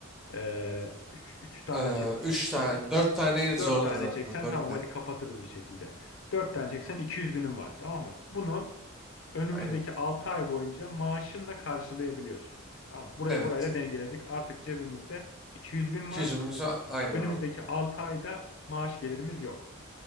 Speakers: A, on the left (about 60°); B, in the centre.
A: E, 3, 3 tane
B: Ee,
A: çektiğini
B: 3
A: düşünecek.
B: tane, 4 taneyi zorlarız
A: 4 tane
B: hatta.
A: çeksen
B: 4
A: tamam
B: tane.
A: hadi kapatırız bir şekilde. 4 tane çeksen 200 binin var tamam mı? Bunu önümüzdeki
B: Aynen.
A: 6 ay boyunca maaşınla karşılayabiliyorsun. Tamam, burayı
B: Evet.
A: burayla dengeledik. Artık cebimizde 200 bin
B: 200'ümüzü
A: var.
B: a- aynen
A: Önümüzdeki
B: aldık direkt.
A: 6 ayda maaş gelirimiz yok.